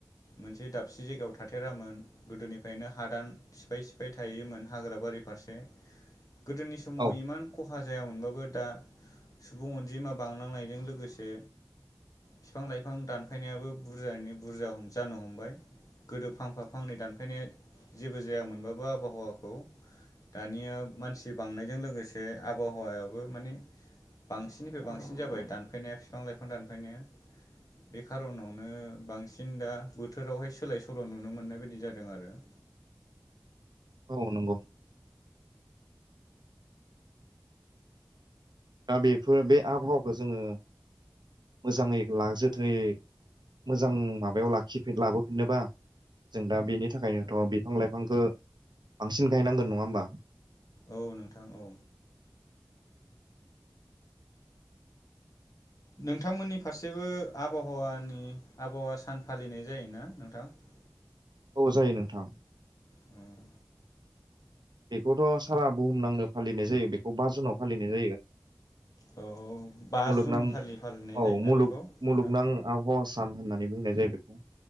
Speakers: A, on the left; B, on the right.
A: मोनसे दाबसे जायगायाव थाथेरामोन गोदोनिफ्रायनो हादान सिफाय सिफाय थायोमोन हाग्रा बारि फारस ने गोदोनि समाव
B: औ
A: इमान खहा जाया मोनबाबो दा सुबुं अनजिमा बांलांनायजों लोगोसे फिफां लाइफां दानफायनायाबो बुरजायैनो बुरजा हम जानो हमबाय। गोदो फांफा फांनै दानफायनाया जेबो जायामोनबाबो आबहावाखौ दानिया मानसि बांनायजों लोगोसे आबहावायाबो माने बांसिननिफ्राय बांसिन जाबाय दानफायनाया बिफां लाइफां दानफायनाया। बे खारनावनो बांसिन दा बोथोरावहाय सोलाय सोल नुनो मोननाय बायदि जादों आरो। <unintelligible>
B: औ नंगौ। दा बेफोर बे आबहावाखौ जोङो मोजाङै ला जोथोयै मोजां माबायाव लाखिफिन लाबोफिननोबा जों दा बेनि थाखायनोथ बिफां लाइफांखो बांसिन गायनांगोन नङा होमबा?
A: औ नोंथां औ। नोंथांमोननि फारसेबो आबहावानि आबहावा सान फालिनाय जायोना नोंथां? <unintelligible>
B: औ जायो नोंथां।
A: उम
B: बेखौथ सारा बुहुमनांनो फालिनाय जायो बेखौ बा जुनाव फालिनाय जायो।
A: औ बा
B: मुलुगनां
A: जुन
B: औ
A: खालि फालिनाय जायोना
B: मुलुग
A: बेखौ नोंथां
B: मुलुगनां आबावा सान होननानै बुंनाय जायो बेखौ।